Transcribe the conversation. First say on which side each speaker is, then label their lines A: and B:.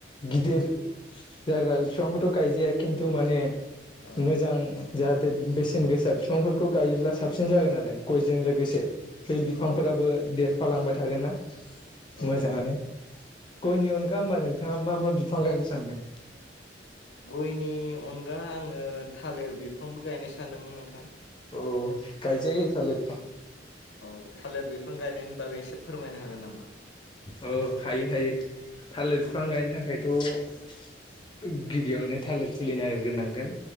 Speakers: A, on the left; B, on the left.
A: गिदिर जाग्रा बिफांखौथ' गायजाया खिन्थु माने
B: ओ
A: मोजां। जाहाथे बेसेन गोसा फिफांफोरखौ गायोब्ला साबसिन जागोन आरो गयजों लोगोसे। बे बिफांफोराबो
B: औ
A: देरफालांबाय थागोन ना
B: औ
A: मोजाङानो।
B: औ
A: गयनि अनगा होमबा नोंथाङा मा मा बिफां गायनो सानदों?
B: गयनि अनगा आङो थालिर बिफांबो गायनो सानदोंमोन नोंथां।
A: औ गायजायो थालिर फिफां।
B: औ थालिर बिफां गायनायनि बागै एसे फोरमायनो हागोन नामा?
A: औ हायो- हायो थालिर
B: औ
A: फिफां गायनो थाखाय। थ' गिबियावनो थालिर फुलि नागिरग्रोनांगोन।